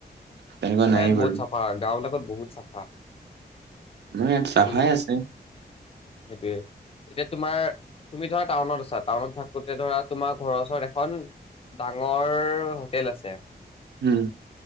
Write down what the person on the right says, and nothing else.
তেনেকুৱা
নায়েই
বাৰু
আমাৰ ইয়াত চাফাই
আছে
উম।